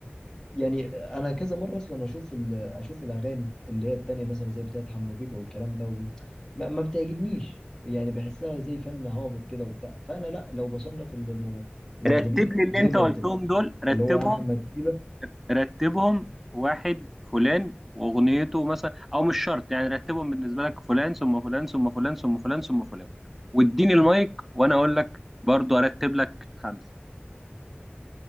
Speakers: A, on the left; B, in the centre.
A: يعني انا كذا مره اصلا اشوف ال اشوف الاغاني اللي هي التانية مثلا زي بتاعت حمو بيكا والكلام ده وب... ما, ما بتعجبنيش يعني بحسها زي فن هابط كده وبتاع فانا لا لو بصنف ال- الم- المطربين
B: رتب لي اللي
A: زي
B: انت
A: ما
B: قلتهم
A: قلت لك
B: دول رتبهم
A: اللي هو احمد شيبة
B: رتبهم واحد فلان واغنيته مثلا او مش شرط يعني رتبهم بالنسبه لك فلان ثم فلان ثم فلان ثم فلان ثم فلان واديني المايك وانا اقول لك برضو ارتب لك خمسه